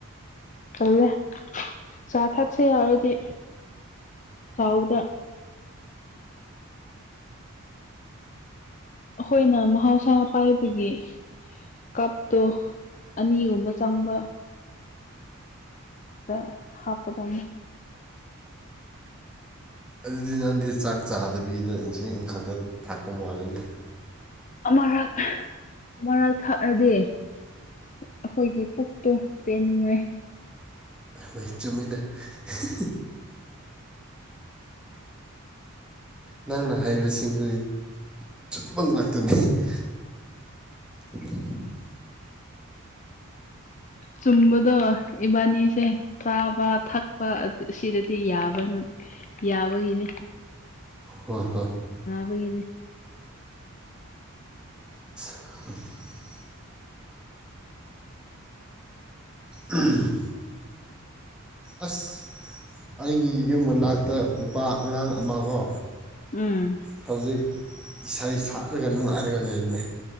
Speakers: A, on the left; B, in the centre.
A: ꯆꯜꯂꯦ ꯆꯥ ꯊꯛꯁꯦ ꯌꯥꯎꯔꯗꯤ ꯆꯥꯎꯗ ꯑꯩꯈꯣꯏꯅ ꯃꯍꯧꯁꯥ ꯄꯥꯏꯕꯒꯤ ꯀꯥꯞꯇꯣ ꯑꯅꯤꯒꯨꯝꯕ ꯆꯪꯕ ꯑ ꯍꯥꯞꯄꯗ
B: ꯑꯗꯨꯗꯤ ꯅꯍꯪꯗꯤ ꯆꯥꯛ ꯆꯥꯗꯕꯤꯗ ꯏꯟꯁ ꯏꯟ ꯈꯛꯇ ꯊꯥꯛꯄ ꯃꯥꯂꯅꯦ
A: ꯑꯃꯔꯛ ꯑꯃꯔꯛ ꯊꯥꯔꯗꯤ ꯑꯩꯈꯣꯏꯒꯤ ꯄꯨꯛꯇꯣ ꯄꯦꯟꯅꯤꯡꯉꯦ
B: ꯍꯣꯏ <unintelligible> ꯅꯪꯅ ꯍꯥꯏꯔꯤꯕꯁꯤꯡꯁꯤ ꯁꯨꯝꯕꯝ ꯉꯥꯛꯇꯅꯤ <unintelligible>
A: ꯆꯨꯝꯕꯗꯣ ꯏꯕꯥꯅꯤꯁꯦ ꯆꯥꯕ ꯊꯛ ꯁꯤꯗꯗꯤ ꯌꯥꯕ ꯌꯥꯕꯒꯤꯅꯤ
B: ꯍꯣꯏ ꯍꯣꯏ
A: ꯕꯅꯦ
B: <unintelligible> ꯎꯝ ꯑꯁ ꯑꯩꯒꯤ ꯌꯨꯝ ꯃꯅꯥꯛꯇ ꯅꯨꯄꯥ ꯑꯉꯥꯡ ꯑꯃ ꯀꯣ
A: ꯎꯝ
B: ꯍꯧꯖꯤꯛ ꯏꯁꯩ ꯁꯠꯂꯒ ꯅꯨꯡꯉꯥꯏꯔꯒ ꯂꯩꯔꯤꯃꯦ